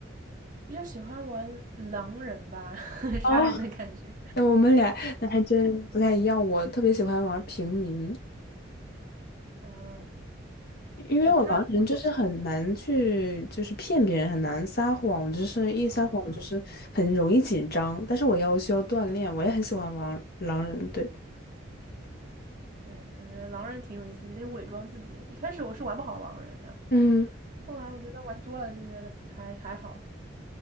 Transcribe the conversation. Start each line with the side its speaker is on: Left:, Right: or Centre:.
Right: 比较喜欢玩狼人吧，<laughs> 杀人的感觉。
Left: 哦。那我们俩那还真不太一样。我特别喜欢玩平民，
Right: 嗯，
Left: 因为我狼人就是很难去，
Right: 对，他，我记得。
Left: 就是骗别人，很难撒谎，就是一撒谎就是很容易紧张。
Right: 啊，
Left: 但是我要需要锻炼，我也很喜欢玩狼人，对，
Right: 对，我觉得狼人挺有意思的，你得伪装自己。一开始我是玩不好狼人的，
Left: 嗯，
Right: 后来我觉得玩多了就觉得还还好